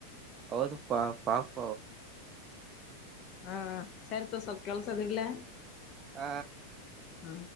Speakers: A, on the right; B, on the left.
A: ಹೌದು ಪಾ ಪಾಪ
B: ಹಾ ಸರಿ ತೊಗೊ ಸ್ವಲ್ಪ ಕೆಲ್ಸ ಅದ ಇಡ್ಲಾ.
A: ಹ
B: ಹಾ